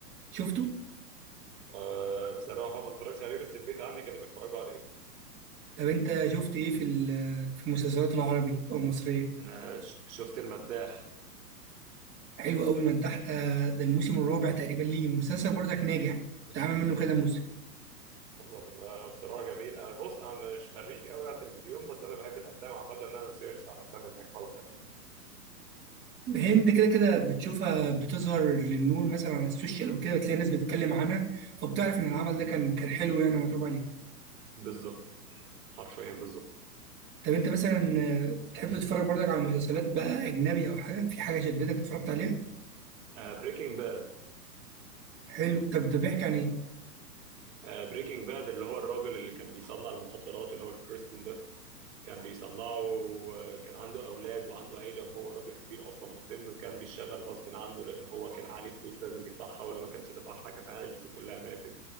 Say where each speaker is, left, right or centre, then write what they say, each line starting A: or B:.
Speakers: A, on the right; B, on the right.
A: شفته
B: آه بصراحه ما اتفرجش عليه بس البيت عندي كانوا بيتفرجوا عليه
A: طب انت شفت ايه في ال- في المسلسلات العربي او المصريه
B: انا ش- شفت المداح
A: حلو قوي مدحت آه، ده الموسم الرابع تقريبا ليه مسلسل برضك ناجح واتعمل منه كذا موسم
B: افضل آه، بصراحه جميل انا بص انا مش فريق قوي على التلفزيون بس انا بحب الافلام عامه ان انا سيرش على الافلام الناجحه والكلام ده
A: هي انت كده كده بتشوفها بتظهر للنور مثلا على السوشيال او كده بتلاقي ناس بتتكلم عنها فبتعرف ان العمل ده كان كان حلو يعني ومتعوب عليه
B: بالظبط حرفيا بالظبط
A: طب انت مثلا آه، بتحب تتفرج برضك على مسلسلات بقى اجنبي او حاجه في حاجه شدتك اتفرجت عليها
B: بريكنج باد
A: حلو طب ده بيحكي عن ايه
B: بريكنج باد اللي هو الراجل اللي كان بيصنع المخدرات اللي هو الكريستن بيث كان بيصنعه وكان عنده أولاد وعنده عيلة وهو راجل كبير أصلا مسن وكان بيشتغل غصب عنه لأن هو كان عليه فلوس لازم يدفعها ولو ما كانش دفعها كانت عيلته كلها ماتت